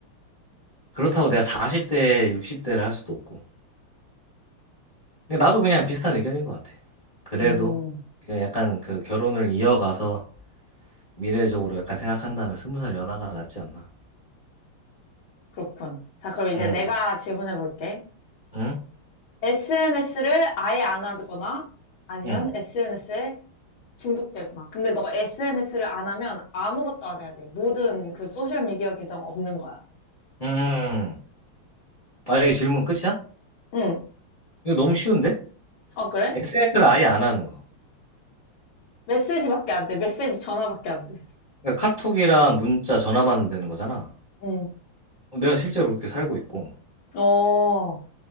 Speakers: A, on the left (about 35°); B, on the left (about 65°).
A: 그렇다고 내가 40대, 60대를 할 수도 없고. 근데 나도 그냥 비슷한 의견인 것 같아. 그래도
B: 음,
A: 약간 그 결혼을 이어가서 미래적으로 약간 생각한다면 스무 살 연하가 낫지 않나.
B: 그렇군. 자, 그럼 이제
A: 응,
B: 내가 질문해 볼게.
A: 응,
B: SNS를 아예 안 하거나 아니면
A: 응,
B: SNS에 중독되거나. 근데 너 SNS를 안 하면 아무것도 안 해야 돼. 모든 그 소셜미디어 계정 없는 거야.
A: 응. 아, 이게 질문 끝이야?
B: 응.
A: 이거 너무 쉬운데?
B: 어, 그래?
A: SNS를 아예 안 하는 거.
B: 메시지밖에 안 돼. 메시지 전화밖에 안 돼.
A: 그러니까 카톡이랑 문자, 전화만 되는 거잖아.
B: 응.
A: 어, 내가 실제로 그렇게 살고 있고.
B: 어,